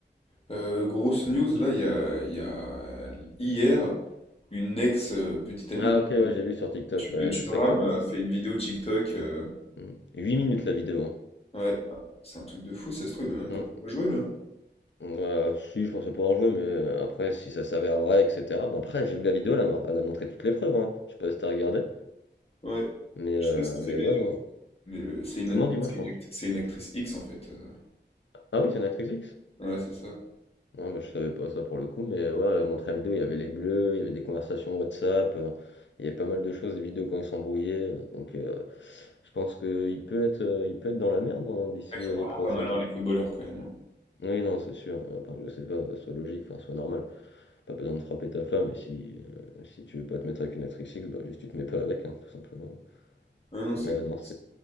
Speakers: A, on the left (about 30°); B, on the left (about 80°).
A: euh, grosse news là, il y a, il y a hier une ex euh, petite amie
B: Ah ok,
A: de,
B: ouais, j'ai vu sur TikTok, ouais,
A: de Thuram
B: je sais que t'avais pas...
A: a
B: de ça.
A: fait une vidéo TikTok. euh,
B: Mm. 8 minutes la vidéo. hein.
A: ouais, c'est un truc de fou, ça se trouve, il va même pas
B: Mm.
A: pouvoir jouer là.
B: Euh, si, je pensais pas en jouer, mais euh, après, si ça s'avère vrai, etc. Bon, après, j'ai vu la vidéo, elle a, mar- elle a montré toutes les preuves, hein. Je sais pas si t'as regardé.
A: Ouais,
B: Mais, euh,
A: je sais pas si tu
B: mais
A: sais, mais,
B: ouais, non.
A: mais, euh, c'est une,
B: Comment,
A: act-
B: dis-moi,
A: c'est
B: je
A: une
B: suis en tout.
A: act- c'est une actrice X en fait. euh.
B: Ah oui, c'est une actrice X?
A: ouais, c'est ça.
B: Non, bah, je savais pas ça pour le coup, mais ouais, mon la vidéo, il y avait les bleus, il y avait des conversations WhatsApp, euh, il y avait pas mal de choses, des vidéos quand ils s'embrouillaient. euh, donc, euh, je pense que il peut être, euh, il peut être dans la merde hein, d'ici
A: Ils sont
B: euh,
A: vraiment
B: les prochaines.
A: pas malins les footballeurs quand même.
B: Oui, non, c'est sûr. Enfin, je sais pas, soit logique, enfin, soit normal. Pas besoin de frapper ta femme, et si, euh, si tu veux pas te mettre avec une actrice X, bah, juste tu te mets pas avec, hein, tout simplement.
A: Ah non, c'est
B: Mais euh, non, c'est.
A: c'est